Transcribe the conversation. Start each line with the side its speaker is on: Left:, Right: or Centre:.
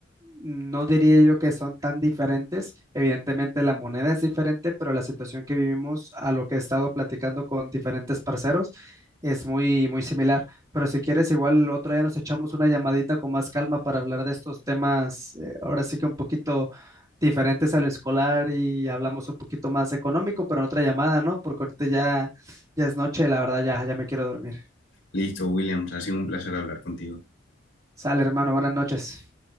Right: No diría yo que son tan diferentes. Evidentemente la moneda es diferente, pero la situación que vivimos a lo que he estado platicando con diferentes parceros es muy, muy similar. Pero si quieres, igual otro día nos echamos una llamadita con más calma para hablar de estos temas, eh, ahora sí que un poquito diferentes al escolar y hablamos un poquito más económico, pero en otra llamada, ¿no? Porque ahorita ya, ya es noche, la verdad ya, ya me quiero dormir.
Left: Listo, Williams, ha sido un placer hablar contigo.
Right: Sale, hermano, buenas noches.